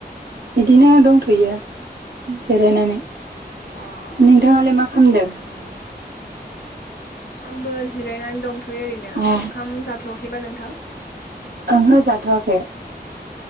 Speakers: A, on the right; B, on the left.
A: बिदिनो दंथ'यो जिरायनानै नोंथाङालाय
B: अ अ
A: मा खालामदों?
B: उम उम आंबो जिरायनानै दंथ'यो ओरैनो
A: अ
B: ओंखाम जाथ'वाखैबा नोंथां
A: ओंहो जाथ'वाखै